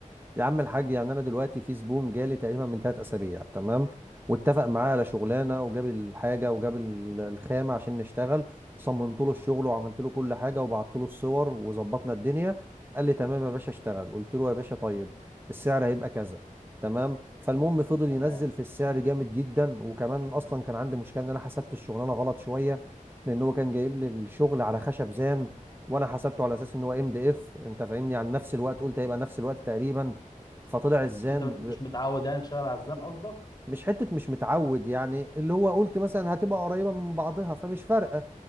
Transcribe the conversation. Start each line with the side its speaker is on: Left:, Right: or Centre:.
Right: يا عم الحاج يعني انا دلوقتي في زبون جالي تقريبا من ثلاث اسابيع تمام واتفق معاه على شغلانه وجاب الحاجه وجاب ال- الخامه عشان نشتغل صممت له الشغل وعملت له كل حاجه وبعت له الصور وظبطنا الدنيا قال لي تمام يا باشا اشتغل قلت له يا باشا طيب السعر هيبقى كذا تمام فالمهم فضل
Left: تمام
Right: ينزل في السعر جامد جدا وكمان اصلا كان عندي مشكله ان انا حسبت الشغلانه غلط شويه لان هو كان جايب لي الشغل على خشب زان وانا حسبته على اساس ان هو ام دي اف انت فاهمني عن نفس الوقت قلت هيبقى نفس الوقت تقريبا فطلع الزان
Left: انت م- مش متعود يعني تشتغل على الزان قصدك
Right: مش حتة مش متعود يعني اللي هو قلت مثلا هتبقى قريبة من بعضها فمش فارقة